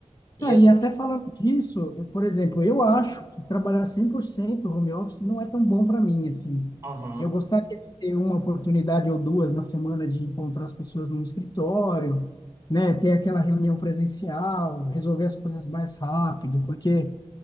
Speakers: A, on the right; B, on the left.
A: E
B: não,
A: assim,
B: e até falando disso, eu, por exemplo, eu acho que trabalhar 100% home office não é tão bom para mim, assim.
A: aham,
B: Eu gostaria de ter uma oportunidade ou duas na semana de encontrar as pessoas no escritório, né, ter aquela reunião presencial, resolver as coisas mais rápido, porque